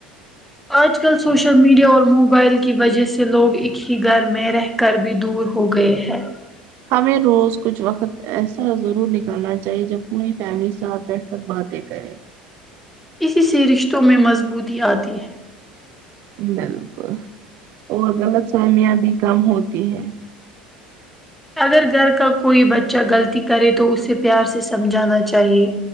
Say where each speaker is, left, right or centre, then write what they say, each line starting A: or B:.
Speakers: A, in the centre; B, on the right (about 45°).
A: آج کل سوشل میڈیا اور موبائل کی وجہ سے لوگ ایک ہی گھر میں رہ گھر بھی دور ہو گئے ہے
B: ہمیں روز کچھ وقت ایسا ضرور نکالنا چاہیے جب پوری فیملی ساتھ بیٹھ کر باتیں کریں
A: اسی سے رشتوں میں مضبوطی آتی ہے
B: بالکل اور غلط فہمیاں بھی کم ہوتی ہیں
A: اگر گھر کا کوئی بچہ غلطی کرے تو اسے پیار سے سمجھانا چاہیے